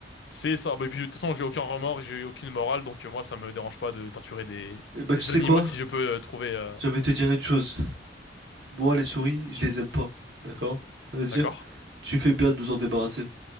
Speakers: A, on the left; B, on the right.
A: C'est ça. Bah, et puis, de toute façon, j'ai aucun remords, j'ai aucune morale, donc euh, moi, ça me dérange pas de torturer des,
B: Et bah,
A: des
B: tu sais
A: animaux
B: quoi?
A: si je peux euh, trouver. euh,
B: Je vais te dire une chose. Moi, les souris, je les aime pas. D'accord? Ça veut dire,
A: D'accord?
B: tu fais bien de nous en débarrasser.